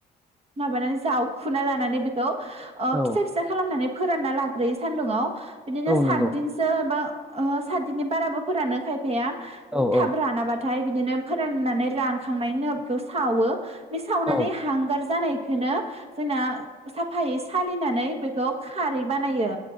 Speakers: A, on the right; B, in the centre.
A: माबानानै जावखुना लानानै बेखौ ओ
B: औ
A: फिसा फिस सा खालामनानै फोरानना लाग्रोयो सान्दुङाव बिदिनो
B: औ
A: सात
B: नंगौ
A: दिन सो बा ओ सात दिननि बाराबो फोरानो खायफाया
B: औ
A: थाब
B: औ
A: रानाबा थाय बिदिनो फोराननानै रानखांनायनि उनाव बेखौ सावो बे सावनानै
B: औ
A: हांगार जानायखोनो जोंना साफायै सालिनानै बेख खौ खारै बानायो